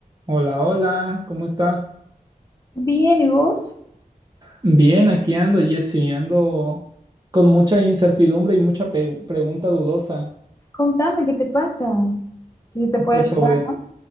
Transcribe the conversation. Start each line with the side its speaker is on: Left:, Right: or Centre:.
Right: Hola, hola, ¿cómo estás?
Left: Bien, ¿y vos?
Right: Bien, aquí ando, Jessy, ando con mucha incertidumbre y mucha pe- pregunta dudosa,
Left: Contame, ¿qué te pasa? Si te puedo
Right: pues
Left: ayudar.
Right: sobre,